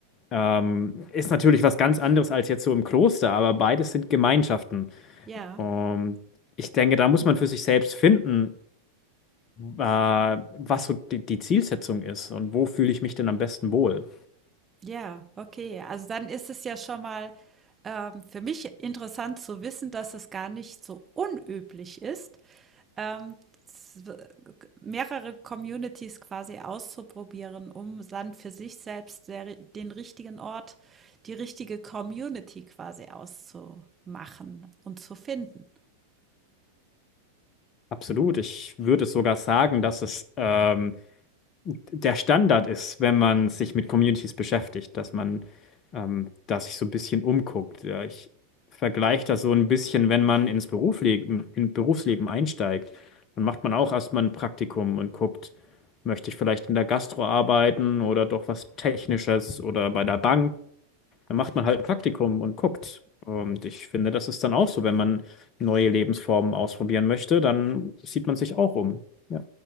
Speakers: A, on the left; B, on the right.
A: Ähm, ist natürlich was ganz anderes als jetzt so im Kloster, aber beides sind Gemeinschaften.
B: Ja.
A: Und ich denke, da muss man für sich selbst finden, äh, was so die, die Zielsetzung ist und wo fühle ich mich denn am besten wohl.
B: Ja, okay. Also dann ist es ja schon mal ähm, für mich interessant zu wissen, dass es gar nicht so unüblich ist, ähm, s- mehrere Communities quasi auszuprobieren, um dann für sich selbst der, ri- den richtigen Ort, die richtige Community quasi auszumachen und zu finden.
A: Absolut. Ich würde sogar sagen, dass es ähm, der Standard ist, wenn man sich mit Communities beschäftigt, dass man ähm, da sich so ein bisschen umguckt. Ja, ich vergleiche das so ein bisschen, wenn man ins Berufsleben, in Berufsleben einsteigt, dann macht man auch erstmal ein Praktikum und guckt, möchte ich vielleicht in der Gastro arbeiten oder doch was Technisches oder bei der Bank. Dann macht man halt ein Praktikum und guckt. Und ich finde, das ist dann auch so, wenn man neue Lebensformen ausprobieren möchte, dann sieht man sich auch um. Ja,